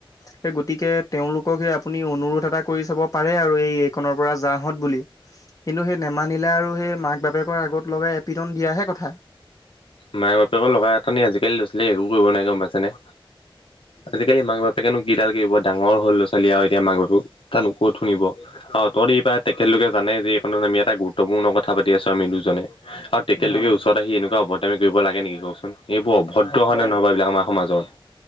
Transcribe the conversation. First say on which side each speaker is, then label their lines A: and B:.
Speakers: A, on the left (about 35°); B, on the left (about 70°).
A: সে গতিকে তেওঁলোক সে আপুনি অনুৰোধ এটা কৰি চাব পাৰে আৰু এই এইখনৰ পৰা যাহত। বুলি। কিন্তু সেই নেমানিলে আৰু সেই মাক বাপেকৰ আগত লগাই এপিটন দিয়াহে কথা।
B: মাকে বাপেকো লগাই এটানি আজিকালি ল'ৰা ছোৱালীক একো কৰিব নোৱাৰে গম পাইছে নে। আজিকালি মাক বাপেকেনো কিডাল কৰিব ডাঙৰ হ'ল ল'ৰা ছোৱালী আৰু এতিয়া মাক বাপেকো। কথা নু কত শুনিব আৰু তঁতৰ এই পৰা তেখেতলোকে জানে যে এইখনত আমি এটা গু- তমু ন কথা পাতি আছো আমি দুজনে আৰু টেকেলটোকে
A: হয়, হয়,
B: ওচৰত আহি এনেকুৱা অভদদামি কৰিব লাগে নেকি কওকচোন। এইবোৰ অভদ্ৰ হয়নে
A: হয়,
B: নহয় বাও এইবিলাক আমাৰ সমাজত।